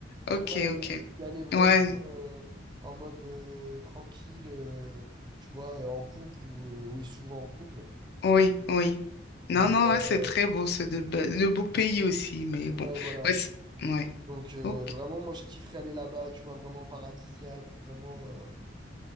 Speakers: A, on the right; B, on the left.
A: Tu
B: Ok,
A: vois, y,
B: ok.
A: y aller vraiment
B: Ouais,
A: euh, en mode euh, tranquille, euh, tu vois, euh, en couple ou euh, oui, souvent en couple.
B: oui, oui. Non,
A: Mais
B: non,
A: euh,
B: ouais, c'est très beau, c'est de, be- de beaux pays aussi, mais bon.
A: ouais, voilà.
B: Ouais, c'est- ouais.
A: Donc euh,
B: Ok,
A: vraiment, moi, je kifferais aller là-bas, tu vois, vraiment paradisiaque ou vraiment, euh,